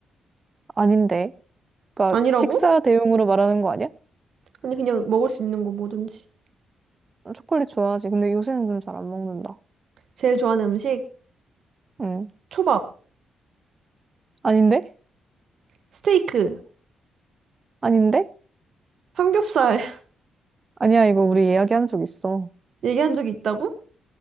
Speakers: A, on the right; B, on the right.
A: 아닌데. 그러니까
B: 아니라고?
A: 식사 대용으로 말하는 거 아니야?
B: 아니, 그냥 먹을 수 있는 거 뭐든지.
A: 초콜릿 좋아하지. 근데 요새는 좀 잘 안 먹는다.
B: 제일 좋아하는 음식?
A: 응.
B: 초밥.
A: 아닌데?
B: 스테이크.
A: 아닌데?
B: 삼겹살.
A: 아니야, 이거 우리 이야기한 적 있어.
B: <laughs> 얘기한 적이 있다고?